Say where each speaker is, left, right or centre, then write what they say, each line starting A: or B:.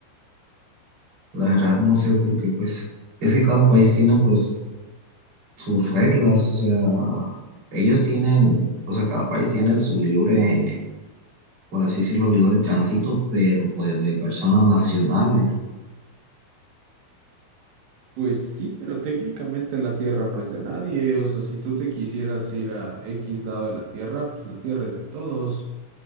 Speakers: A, on the right; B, on the right.
A: la verdad no sé, porque pues es que cada país tiene pues sus reglas, o sea, ellos tienen, o sea, cada país tiene su libre. por así decirlo, libre de tránsito, pero pues de personas nacionales.
B: Pues sí, pero técnicamente la tierra no es de nadie. O sea, si tú te quisieras ir a X lado de la tierra, pues la tierra es de todos.